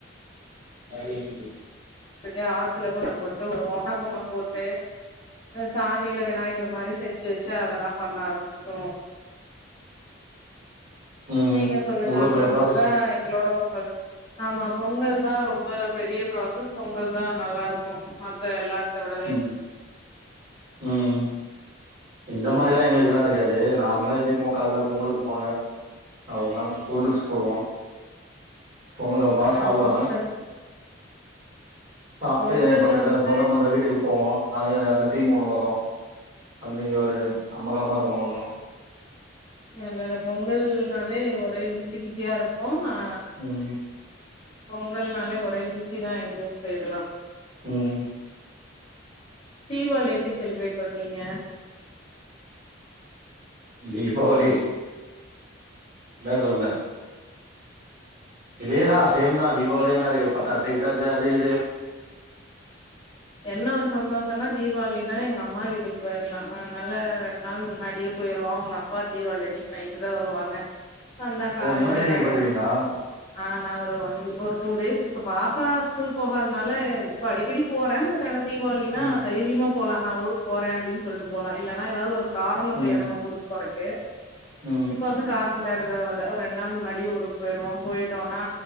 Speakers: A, on the right; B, on the left.
A: பழய இது
B: அப்டியா ஆத்துல கோலம் போட்டு வருவோம் மா கோலம் போட்டு சாணியில விநாயகர் மாரி செஞ்சு வச்சு அதெல்லாம் பண்ண ஆரம்பிச் ச்சிடுவோ
A: ம்
B: நீங்க சொல்லுங்க
A: இவ்ளோ
B: அப்பறம்
A: பெரிய ப்ராசஸு
B: இதுதா எங்ளோட பொங்கல் ஆமா பொங்கல் தா ரொம்ப பெரிய ப்ராசஸ் பொங்கல் தா நல்லாருக் கு மத்த எல்லாத்த விடவே
A: ம் ம் இந்த மாரில்லா எங்களுக்குல்லா இருக்காது நார்மலா எந்திப்போ கால்ல பொங்கல் புவாங்க அவ்ளதா புது ட்ரெஸ் போடுவோம் பொங்கல் வெப்பாங்
B: ஆ
A: சாப்டுவாங்க
B: பொங்கல்
A: சாப்ட்டு
B: பொங்கல்
A: எ பக்கத்துல
B: வந்து
A: சொந்த பந்த வீட்டுக்கு போவோ அதுங்க வந்து டீம் ஒன்று வரு வந்து இங்க ஒரு அம்மகலமாக இருக்கு அவ்ளோதா
B: இல் இல பொங்கல்னாலே ஒரே பிஸி பிஸியா இருக்கு அ
A: ம்
B: பொங்கல்னாலே ஒரே பிஸி தா எங்க ஊர் சைடு ல்லா
A: ம்
B: தீவாளி எப்டி செலிப்பிரேட் பண்ணுவீங்க
A: தீபாவளி ஸ் என்ன சொல்ல இதே தா சேம் தா தீபாவளி என்ன இருக்கு பட்டாசு கிட்டாசு அது இது
B: என்ன ஒரு சந்தோஷனா தீவாளினா எங்க அம்மா வீட்டுக்கு போயிடலா அதனால ரெண்டு நாள் முன்னாடியே போயிருவோ உங்க அப் பா தீவாளி அன்னைக்கி நைட்டு தா வருவாங்க வந்தா
A: ஓ
B: காலைல
A: முன்னாடியே
B: எல்லாரு
A: நீங்க போயிடுவீங்களா
B: என்ன ஆ நா ஒரு ஒன் ஒரு டூ டேஸ் இப்ப பாப்பா ஸ்கூல் போகாததுனால இப்ப அடிக்கடி போ வே பட் ஆனா தீபாவளினா
A: ம்
B: தைரியமா போலா நா ஊருக்கு போறே அப்டின்னு சொல்ட்டு போலா இல்லன்னா ஏதாவது ஒரு காரண
A: ம்
B: தேடணு ஊருக்கு போறக்கு
A: ம்
B: இப்ப வந்து காரணம் தேட தேவ இல்ல ஒரு ரெண்டு நாள் முன்னாடியே ஊருக்கு போய்ருவோ போயிட்டோனா